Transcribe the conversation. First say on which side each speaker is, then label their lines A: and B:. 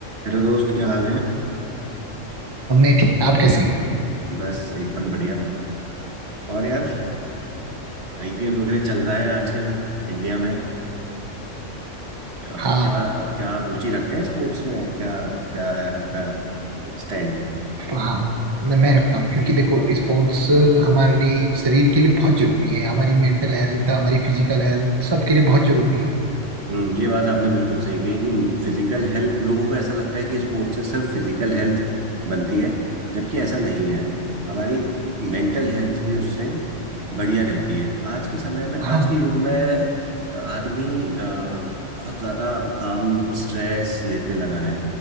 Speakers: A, on the right; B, on the right.
A: Hello दोस्त क्या हाल है
B: अब मैं ठीक आप कैसे हैं
A: बस एकदम बढ़िया और यार आईपीएल वगैरह चल रहा है आजकल इंडिया में अ,
B: हाँ
A: क्या क्या आप रुचि रखते हैं स्पोर्ट्स में क्या क्या है आपका स्टैंड
B: हाँ न- मैं रखता हूँ क्योंकि देखो स्पोर्ट्स हमारे शरीर के लिए बहुत जरूरी है हमारी मेंटल हेल्थ हमारी फिजिकल हेल्थ सबके लिए बहुत जरूरी है
A: हम्म ये बात आपने बिल्कुल सही कही कि फिजिकल हेल्थ लोगों को ऐसा लगता है कि स्पोर्ट्स से सिर्फ फिजिकल हेल्थ बनती है जबकि ऐसा नहीं है हमारी मेंटल हेल्थ भी उससे बढ़िया रहती है आज के समय में आज
B: हाँ
A: के युग में आदमी अ, बहुत ज्यादा काम स्ट्रेस लेने लगा है